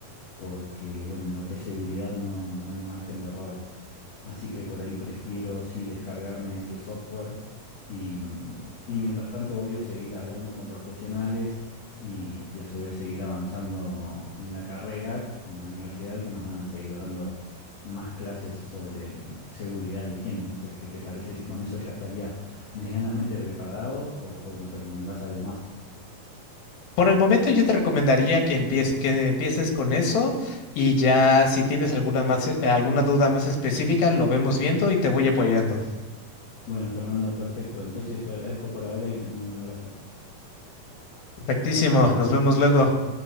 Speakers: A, on the left (about 45°); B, on the left (about 80°).
A: porque, bueno, en lo que es seguridad no, no hay margen de error. Así que por ahí prefiero, sí, descargarme ese software y, mm, y mientras tanto, obvio, seguir hablando con profesionales y, y a su vez seguir avanzando en la carrera, en la universidad, que nos van a seguir dando más clases sobre mm, seguridad e higiene. No sé, ¿qué te parece si con eso ya estaría <laughs> medianamente preparado o, o me recomendás algo más?
B: Por el momento yo te recomendaría que empieces, que empieces con eso y ya si tienes alguna más, eh, alguna duda más específica, lo vemos viendo y te voy apoyando.
A: Bueno, Fernando, perfecto. Entonces te agradezco por ahora y te mando un abrazo.
B: Perfectísimo, nos vemos luego.